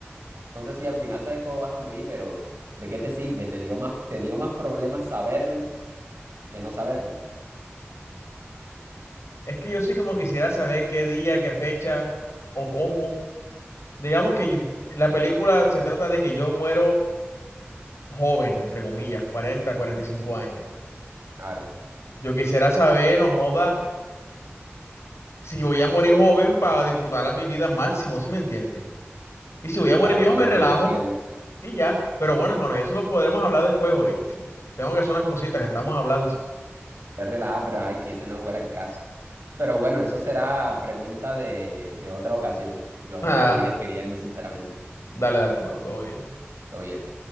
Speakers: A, on the right; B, on the left.
A: entonces sí al final sabes cómo vas a morir, pero ¿de qué te sirve? Te dio más, te dio más problemas saberlo que no saberlo.
B: Es que yo sí como quisiera saber qué día, qué fecha o cómo. Digamos que la película se trata de que yo muero joven, entre comillas, cuarenta cuarenta y cinco años.
A: Claro,
B: Yo quisiera saber, no joda, si voy a morir joven para disfrutar la- mi vida al máximo, ¿sí me entiendes? Y si voy
A: claro,
B: a morir viejo,
A: claro,
B: me relajo
A: yo lo entiendo.
B: y ya. Pero bueno, hermano, ya eso lo podremos hablar después, ¿oíste? Tengo que hacer unas cositas, estamos hablando. <laughs>
A: Es relajada, pero ay, si ese no fuera el caso. Pero bueno, eso será pregunta de, de otra ocasión. Yo
B: Ah,
A: me voy despidiendo, sinceramente.
B: dale, dale, hermano, todo bien.
A: Todo bien.